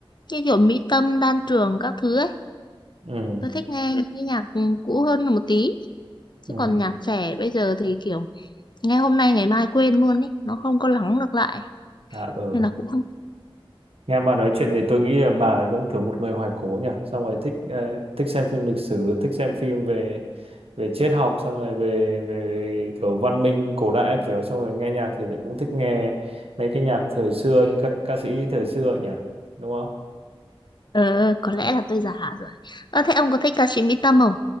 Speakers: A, on the left; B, on the right.
A: như kiểu Mỹ Tâm Đan Trường các thứ ấy
B: ừ,
A: tôi thích nghe những cái nhạc ừ, cũ hơn một tí chứ
B: ừ.
A: còn nhạc trẻ bây giờ thì kiểu nghe hôm nay ngày mai quên luôn ấy nó không có lắng được lại
B: À, ừ.
A: nên là cũng không
B: Nghe bà nói chuyện thì tôi nghĩ là bà giống kiểu một người hoài cổ nhỉ, xong rồi thích ờ, thích xem phim lịch sử, thích xem phim về về triết học, xong rồi về về kiểu văn minh cổ đại các kiểu, xong rồi nghe nhạc thì lại cũng thích nghe mấy cái nhạc thời xưa như các ca sĩ thời xưa ấy nhỉ, đúng không?
A: ờ có lẽ là tôi già rồi ờ thế ông có thích ca sĩ Mỹ Tâm không